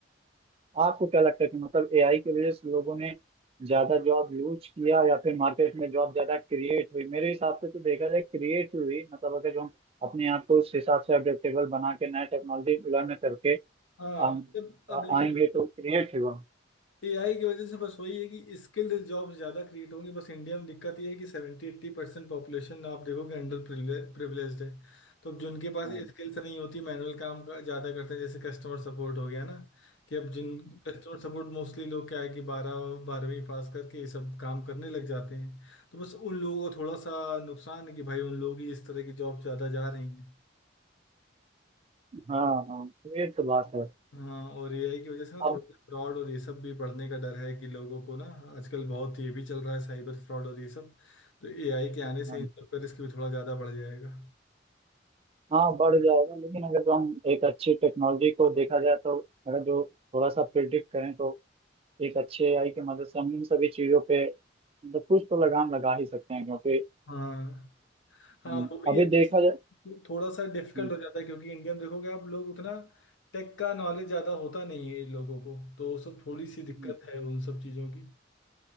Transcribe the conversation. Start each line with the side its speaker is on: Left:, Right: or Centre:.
Right: आपको क्या लगता है कि मतलब एआई की वजह से लोगों ने ज्यादा जॉब लूज किया या फिर मार्केट में जॉब ज्यादा क्रिएट हुई मेरे हिसाब से तो देखा जाए क्रिएट हुई मतलब अगर जो हम अपने आप को उस हिसाब से अडेप्टेबल बना के नया टेक्नोलॉजी लर्न करके
Left: हाँ
Right: हम
Left: मतलब अब लेकिन
Right: आएंगे तो क्रिएट हुआ
Left: एआई की वजह से बस वही है कि स्किल्ड जॉब्स ज़्यादा क्रिएट होंगी बस इंडिया में दिक्कत ये है कि सेवेंटी एट्टी परसेंट पॉपुलेशन आप देखोगे अंडर प्रिविलेज्ड है तो अब जिनके पास
Right: हाँ
Left: स्किल्स नहीं होती मैनुअल काम का ज़्यादा करते हैं जैसे कस्टमर सपोर्ट हो गया ना कि अब जिन कस्टमर सपोर्ट मोस्टली लोग क्या है कि बारह बारहवीं पास करके ये सब काम करने लग जाते हैं तो बस उन लोगों को थोड़ा सा नुकसान है कि भाई उन लोग ही इस तरह की जॉब ज़्यादा जा रही हैं
Right: हाँ हाँ, ये तो बात है
Left: हाँ और एआई की वजह से ना
Right: अब
Left: थोड़ा सा फ्रॉड और ये सब भी बढ़ने का डर है कि लोगों को ना आजकल बहुत ये भी चल रहा है साइबर फ्रॉड और ये सब तो एआई के आने से
Right: हाँ
Left: इन सब का रिस्क भी थोड़ा ज़्यादा बढ़ जाएगा
Right: हाँ, बढ़ जाएगा लेकिन अगर जो हम एक अच्छी टेक्नोलॉजी को देखा जाए तो अगर जो थोड़ा सा प्रिडिक्ट करें तो एक अच्छे एआई की मदद से हम इन सभी चीजों पे मतलब कुछ तो लगाम लगा ही सकते हैं क्योंकि
Left: हाँ हाँ
Right: हम्म,
Left: वो भी
Right: अभी
Left: है बस
Right: देखा जाए
Left: तो थोड़ा सा डिफिकल्ट
Right: हम्म,
Left: हो जाता है क्योंकि इंडिया में देखोगे आप लोग उतना टेक का नॉलेज ज़्यादा होता नहीं है लोगों को तो वो सब थोड़ी सी
Right: हम्म,
Left: दिक्कत है उन सब चीज़ों की